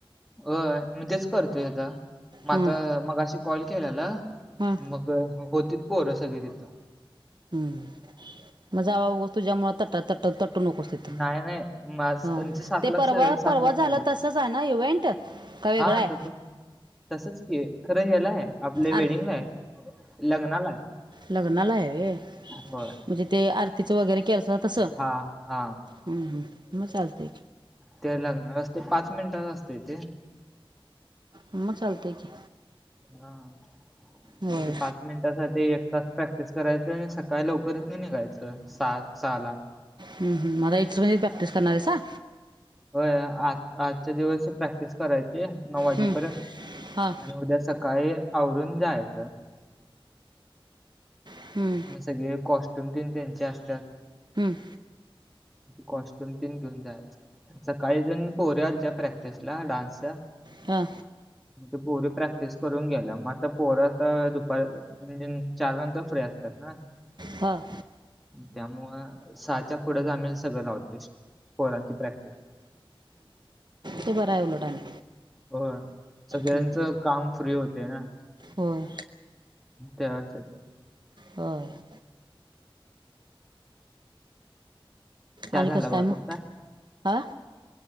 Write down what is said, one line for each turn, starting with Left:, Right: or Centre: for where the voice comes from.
Centre: होय मी तेच करतोय आता मग
Right: हां
Centre: आता मगाशी कॉल केल्याला
Right: हां
Centre: मग होतीत पोरं सगळी तिथ.
Right: हम् मग जावा उगच तुझ्यामुळे तट <unintelligible> तट तटू नकोस तिथ
Centre: नाही नाही मा-
Right: हा
Centre: त्यांचं सात
Right: ते
Centre: लाख
Right: परवा
Centre: सात
Right: परवा
Centre: लाख
Right: झाला
Centre: चालू होतं.
Right: तसच आहे ना इव्हेंट? काय
Centre: हा
Right: वेगळ्याय?
Centre: तसंच तसंच की खरं ह्यालाय आपले वेडिंग
Right: आर
Centre: आहे लग्नाला आहे
Right: लग्नाला आहे वे
Centre: होय.
Right: म्हणजे ते आरतीचं वगैरे केलता तसं
Centre: हा हा
Right: हम हम मग चालतंय.
Centre: त्यायला लागणार असते पाच मिनिटाच असते तेे.
Right: मग चालतंय की.
Centre: हम
Right: होय
Centre: पा <unintelligible> मिनिटासाठी एक तास प्रॅक्टिस करायच आणि सकाळी लवकरच निघायचं सहा सहा ला
Right: हम हम मला इथं वरी प्रॅक्टिस करणारे सा
Centre: होय आज आजच्या दिवसच प्रॅक्टिस करायची ए नऊ वाजेपर्यंत
Right: हं, हां
Centre: आणि उद्या सका काय आवरून जायचं
Right: हम्म
Centre: मग सगळे कॉस्ट्यूम तीन त्यांचे असतात.
Right: हम्म
Centre: कॉस्ट्युम तीन घेऊन जायचे सकाळीजण पोऱ्या आलत्या प्रॅक्टिस ला डान्सच्या
Right: हा
Centre: ते पोरी प्रॅक्टिस करून गे ल्या मग आता पोरं त दुपारी <unintelligible> चार नंतर फ्री असतात ना
Right: हां
Centre: त्यामुळं सहाच्या पुढेच आम्ही सगळं लावतो पोरांची प्रॅक्टिस
Right: ते बर आहे उलट आणि
Centre: होय सगळ्यांचं
Right: हं.
Centre: काम फ्री होते ना.
Right: होय
Centre: तेव्हाचे ते
Right: हो य
Centre: चहा
Right: आणि
Centre: झाला
Right: कसं
Centre: बघा
Right: काय मग
Centre: तुमचा?
Right: आ